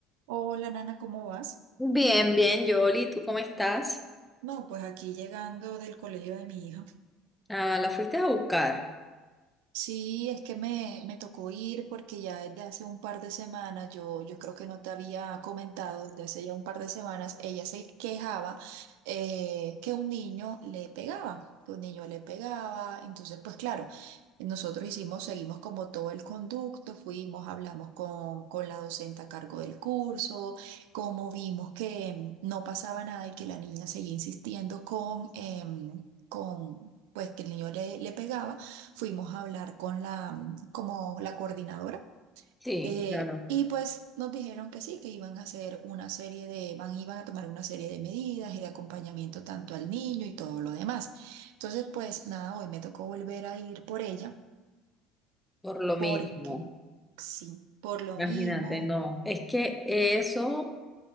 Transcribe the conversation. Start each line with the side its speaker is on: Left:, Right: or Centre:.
Right: Hola, Nana, ¿cómo vas?
Centre: Bien, bien, Yoli, ¿tú cómo estás?
Right: No, pues aquí llegando del colegio de mi hija
Centre: Ah, la fuiste a buscar.
Right: Sí, es que me, me tocó ir porque ya desde hace un par de semanas, yo, yo creo que no te había comentado, desde hace ya un par de semanas, ella se quejaba eh, que un niño le pegaba, que un niño le pegaba. Entonces, pues claro, nosotros hicimos, seguimos como todo el conducto, fuimos, hablamos con, con la docente a cargo del curso, como vimos que mm, no pasaba nada y que la niña seguía insistiendo con... em, con pues que el niño le le pegaba, fuimos a hablar con la, mm, como la coordinadora
Centre: Sí,
Right: eh,
Centre: Claro,
Right: y pues nos dijeron que sí, que iban a hacer una serie de, van, iban a tomar una serie de medidas y de acompañamiento tanto al niño y todo lo demás. Entonces, pues nada, hoy me tocó volver a ir por ella
Centre: por lo mismo.
Right: porque sí, por lo
Centre: Imagínate,
Right: mismo.
Centre: no. Es que eso